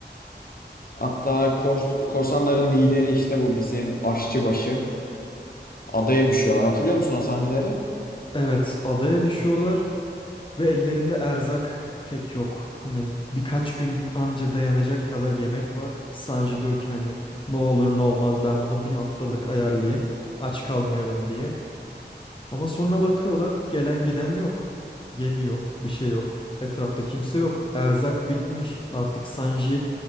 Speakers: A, on the left (about 55°); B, on the left (about 30°).
A: Hatta kors- korsanların lideri işte bu bizim aşçıbaşı. Adaya düşüyorlar. Hatırlıyor musun o sahneleri?
B: Evet, adaya düşüyorlar ve ellerinde erzak pek yok. Hani birkaç gün anca dayanacak kadar yemek var. Sanji diyor ki hani ne olur ne olmaz ben bunu bir haftalık ayarlayayım aç kalmayalım diye. Ama sonra bakıyorlar gelen giden yok. Gemi yok, bir şey yok. Etrafta kimse yok. Erzak bitmiş. Artık Sanji